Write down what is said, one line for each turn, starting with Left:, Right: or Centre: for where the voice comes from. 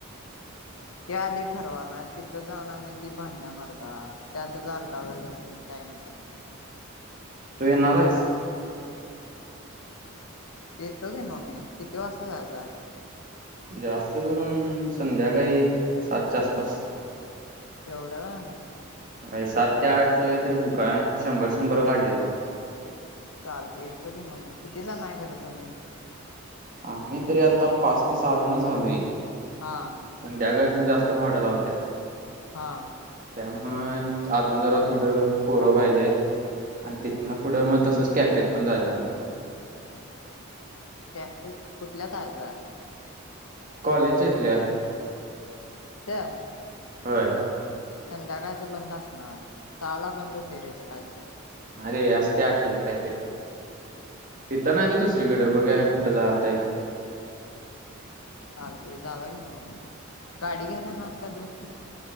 Right: <unintelligible>
Left: ते आधी ठरवा नाय तर तिथं जाऊन, आणि ती भांडण्या मर्दा त्यातच अर्धा वेळ जातोय. त्याचा,
Right: तु येणार आहेस?
Left: येतो गी मग मी किती वाजता जायचा?
Right: जास्त करून, संध्याकाळी सातच्या आसपास.
Left: एवढा वेळान?
Right: होय सात ते आठचा काहीतरी बुक हाय शंभर, शंभर काढली ब.
Left: चालत येत तो की मग मी किती जण आहे खरं तुम्ही?
Right: आम्ही तरी आता पाच ते सहजनच. झालोय, संध्या
Left: हा
Right: गच जास्त भाडं लावत्या.
Left: हा
Right: त्यामुळे अजून जरा थोडं. पोरं पाहिजे, आणि तिथन पुढं मग तसच कॅपेत पण जायचं म्हणते. <unintelligible>
Left: कॅफ त कुठला जायचं आहे?
Right: कॉलेज च्या हेतल्या,
Left: कुठं?
Right: होय.
Left: संध्याकाळच बंद असणार सहा ला बंद होते, रे ते काय तर.
Right: अरे असत या आठ परते काहीतरी. तिथं नाही तर दुसरीकडे बघा कुठं जाताई.
Left: चालते जाऊया की म गाडी घेऊन येणार आहिस काय तू?